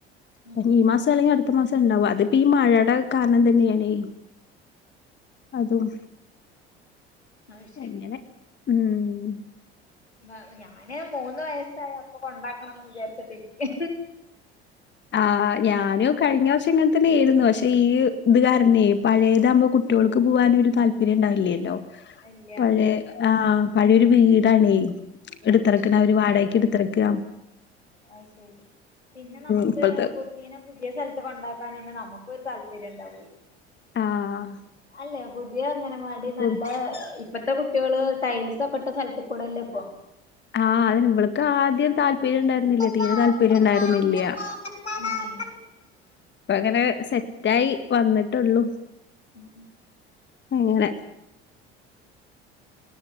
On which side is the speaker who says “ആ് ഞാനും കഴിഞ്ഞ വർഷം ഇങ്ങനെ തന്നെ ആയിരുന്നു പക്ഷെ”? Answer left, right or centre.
Left